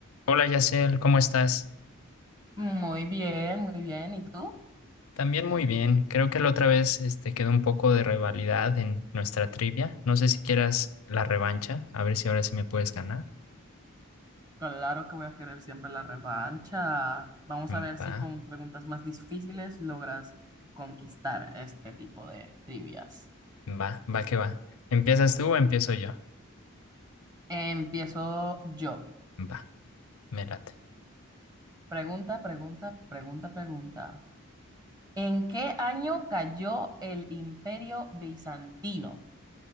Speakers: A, on the left; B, on the right.
A: Hola Yacel, ¿cómo estás?
B: Muy bien, muy bien. ¿Y tú?
A: También muy bien. Creo que la otra vez este, quedó un poco de rivalidad en nuestra trivia. No sé si quieras la revancha, a ver si ahora sí me puedes ganar.
B: Claro que voy a querer siempre la revancha. Vamos
A: Mm,
B: a ver
A: Va,
B: si con preguntas más difíciles logras conquistar este tipo de trivias.
A: va, va que va. ¿Empiezas tú o empiezo yo?
B: Empiezo yo.
A: Va, me late.
B: Pregunta, pregunta, pregunta, pregunta. ¿En qué año cayó el Imperio Bizantino?